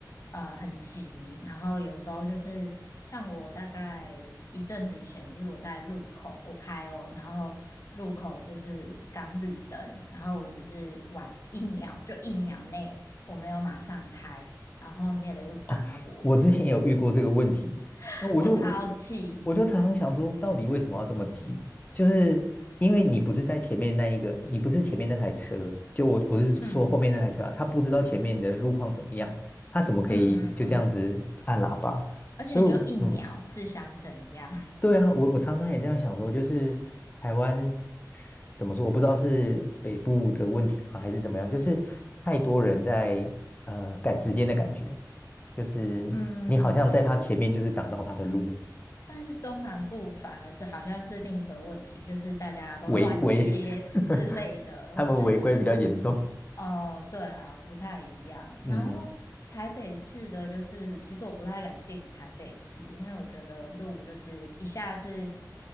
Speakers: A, on the left; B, on the left.
A: 呃很急，然后有时候就是像我大概一阵子前，就是我在路口我开哦，然后路口就是刚绿灯，然后我只是晚一秒，就一秒内我没有马上开，然后后面的就扒我，
B: 哦，我之前也有遇过这个问题，
A: <laughs>
B: 那我就我我我就常常想说，
A: 我超气，
B: 到底为什么要这么急？就是因为你不是在前面那一个，你不是前面那台车，就我我是说后面那台车啊，
A: 嗯
B: 他不知道前面的路况怎么样，他怎么可以就这样子按喇叭？
A: 嗯嗯嗯，而且你就一秒是想怎样？
B: 所以，嗯，对啊，我我常常也这样想说，就是台湾怎么说，我不知道是北部的问题吧，还是怎么样，就是太多人在呃赶时间的感觉，就是你好像在他前面就是挡到他的路，
A: 嗯，但是但是中南部反而是好像是另一个问题，就是大家都乱切
B: 违规，
A: <laughs>
B: <laughs>
A: 之类的，
B: 他们违规比较严重。
A: 或是哦，对啊，不太一样。
B: 嗯，
A: 然后台北市的，就是其实我不太敢进台北市，因为我觉得路就是一下是